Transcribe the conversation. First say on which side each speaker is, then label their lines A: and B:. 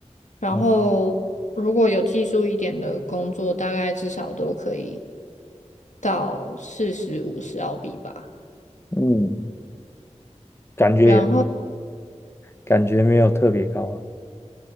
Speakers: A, on the left (about 85°); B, on the left (about 20°).
A: 然后如果有技术一点的工作，
B: 哦，
A: 大概至少都可以到四十五十澳币吧。
B: 嗯，感觉也
A: 然后
B: 感觉没有特别高啊。